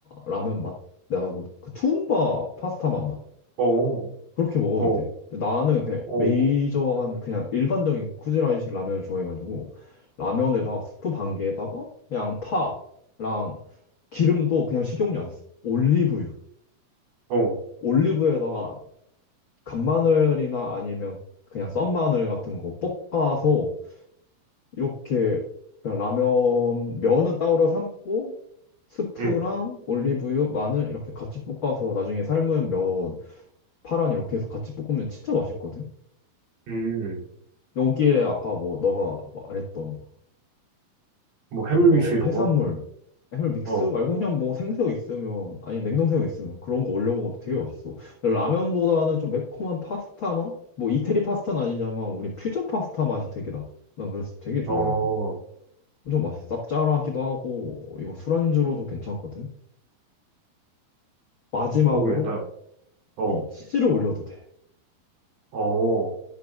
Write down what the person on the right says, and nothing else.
어
어,
어.
어,
응,
음,
뭐
해물믹스 이런
거?
어,
어,
그러게, 나, 어,
어,